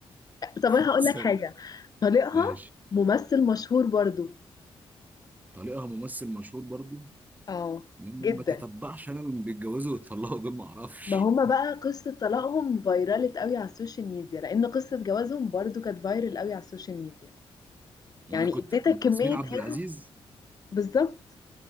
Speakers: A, on the left; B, on the right.
A: طب
B: <laughs>
A: انا هقول لك حاجة طليقها
B: ماشي
A: ممثل مشهور برضو
B: طليقها ممثل مشهور برضو
A: اه
B: من-
A: جدا
B: ما تتبعش انا اللي بيتجوزوا ويتطلقوا دول ما اعرفش
A: ما هما بقى قصة طلاقهم فايرالت قوي على السوشيال ميديا لأن قصة جوازهم برضو كانت فايرال قوي على السوشيال ميديا
B: ما
A: يعني
B: انا كنت
A: اديتك
B: ياسمين
A: كمية
B: عبد
A: هند
B: العزيز
A: بالظبط